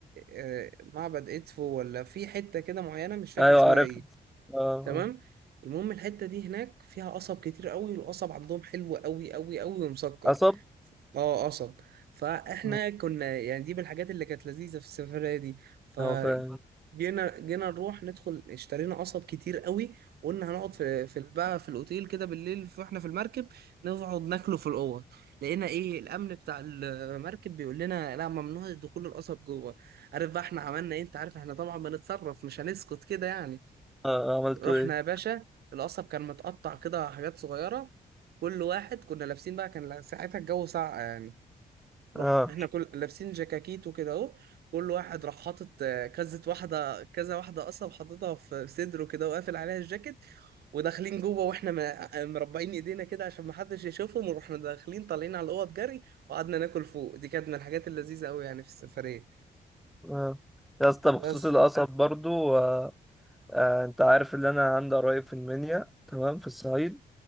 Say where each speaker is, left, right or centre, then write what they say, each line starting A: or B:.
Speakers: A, on the right; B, in the centre.
A: آه، معبد إدفو ولا في حتة كده معينة مش فاكر
B: ايوه
A: اسمها
B: عرفت
A: إيه
B: اه آه.
A: تمام المهم الحتة دي هناك فيها قصب كتير قوي والقصب عندهم حلو قوي قوي قوي ومسكر
B: اصب
A: اه قصب فاحنا
B: مم،
A: كنا يعني دي من الحاجات اللي كانت لذيذة في السفرية دي ف
B: اه فاهم
A: جينا جينا نروح ندخل اشترينا قصب كتير قوي وقلنا هنقعد في في بقى في الاوتيل كده بالليل في- واحنا في المركب نقعد ناكله في الاوض لقينا ايه الامن بتاع المركب بيقول لنا لا ممنوع دخول القصب جوه عارف بقى احنا عملنا ايه انت عارف احنا طبعا بنتصرف مش هنسكت كده يعني
B: آه عملتوا
A: رحنا
B: ايه
A: يا باشا القصب كان متقطع كده حاجات صغيره كل واحد كنا لابسين بقى كان ساعتها الجو ساقع يعني راح
B: اه
A: احنا كل لابسين جاكاكيت وكده اهو كل واحد راح حاطط آه، كذا واحده كذا واحده اصلا حاططها في صدره كده وقافل عليها الجاكيت وداخلين جوه واحنا م- آه، مربعين ايدينا كده عشان ما حدش يشوفهم ورحنا داخلين طالعين على الاوض جري وقعدنا ناكل فوق دي كانت من الحاجات اللذيذه قوي يعني في السفريه
B: اه يا اسطى بخصوص
A: بس
B: القصب برضو آه آه انت عارف ان انا عندي قرايب في المنيا تمام في الصعيد